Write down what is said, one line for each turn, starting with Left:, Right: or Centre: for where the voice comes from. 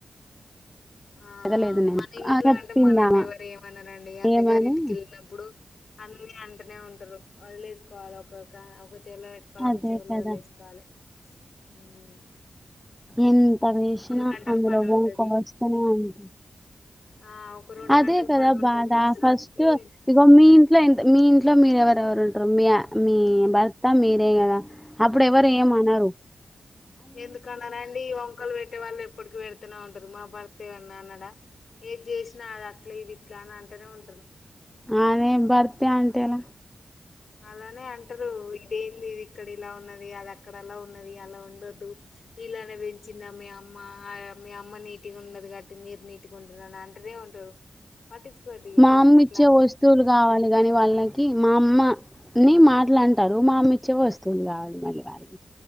Left: ఆ
Centre: అడగలేదు నేను
Left: మన ఇంట్లో
Centre: చెప్పిందామ
Left: అంటె మనల్ని ఎవరు ఏమనరండి అత్తగారి
Centre: ఏమని
Left: ఇంటికి ఎళ్ళినప్పుడు అన్ని అంటనే ఉంటరు వదిలేసుకోవాలి ఒకొక్క ఒక చె చెవిలో పెట్టుకోవాలి
Centre: అదే
Left: ఒక చెవిలో
Centre: కదా
Left: వదిలేసుకోవాలి ఉం
Centre: ఎంతమేష్ ఐన
Left: గంటల
Centre: అందులో
Left: పని
Centre: బూమ్
Left: ఉంటది
Centre: కోస్తనే ఉంటది
Left: ఆ ఒక రెండు
Centre: అదే
Left: గంటల
Centre: కదా
Left: పని ఉంటది
Centre: బాధ
Left: తర్వాతకి
Centre: ఫస్ట్ ఇగో మీ ఇంట్లో ఎంత మీ ఇంట్లో మీరెవరెవరు ఉంట రు మీఆ మీ బర్త మీరు రే గద అప్పుడు ఎవరు ఏం అనరు
Left: ఎందుకన్నానండి ఈ వంకలు పెట్టే వాళ్ళు ఎప్పుటికి పెడుతున్నావ్ అంటరు మా భర్త ఏమన్నా ఆన్నాడ ఏది చేసినా అద ఇవి ఇట్లా అని అంటేనే ఉంటంది.
Centre: ఆమె బర్త అంతే లా.
Left: అలానే అంటారు ఇదేంది ఇది. ఇక్కడ ఇలా ఉన్నది అది అక్కడలా ఉన్నది. ఎలా ఉండదు ఇలానే వెంచినద మి. మా య మీ అమ్మ నీటిగా ఉండదు కాబట్టి మీరు నీటిగా ఉండరు అంటేనే ఉంటారు. పట్టించుకోవద్దు ఇగ
Centre: మా అమ్మ
Left: అట్లాంటి
Centre: ఇచ్చే వొస్తువులు కావాలి గాని వాళ్ళకి మా అమ్మ. అన్నీ మాటలు అంటారు మా అమ్మ ఇచ్చే వస్తువులు కావాలి మళ్ళీ వారికి.